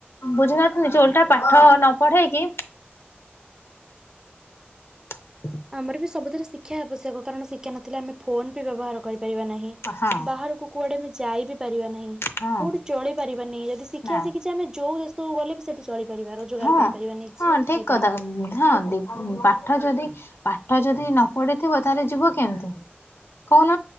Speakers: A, on the left; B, on the right.
A: ବୁଝିିନାହାନ୍ତି ନିଜେ ଓଲଟା ପାଠ ନ ପଢେଇକି- <inaudible>
B: ଆମର ବି ସବୁଥିରେ ଶିକ୍ଷା ଆବଶ୍ୟକ କାରଣ ଶିକ୍ଷା ନଥିଲେ ଆମେ ଫୋନ ବି ବ୍ୟବହାର କରିପାରିବା ନାହିଁ
A: ହଁ
B: ବାହାରକୁ କୁଆଡେ ଆମେ ଯାଇ ବିି ପାରିବା ନାହିଁ
A: ହଁ
B: କୋଉଠି ଚଳି ପାରିବାନି ଯଦି- ଶିକ୍ଷା
A: ନା
B: ଶିଖିଛେ ଆମେ ଯେଉଁ ଦେଶକୁ ଗଲେ ବି ସେଠି ଚଳିପାରିବା ରୋଜଗାର
A: ହଁ
B: କରିପାରିବା ନିଜେ
A: ହଁ ଠିକ
B: ଖାଇପାରିବା
A: କଥା ହଁ ଦୀପ ପାଠ ଯଦି ପାଠ ଯଦି ନ ପଢିଥିବ ତାହେଲେ ଯିବ କେମତି? କହୁନ